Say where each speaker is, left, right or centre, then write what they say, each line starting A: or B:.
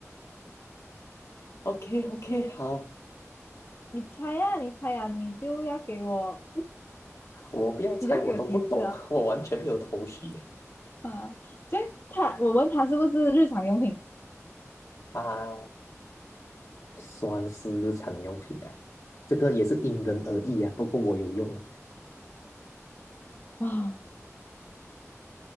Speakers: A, on the left; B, on the left.
A: o k o k 好，
B: 你猜呀、你猜呀、你就要给我，
A: 我不要猜，
B: 你就要给我提示啊。
A: 我都不懂，我完全没有头绪
B: 啊，所以他，我问他是不是日常用品？
A: 啊。算是日常用品啊，这个也是因人而异啊。不过我有用啊，
B: 哇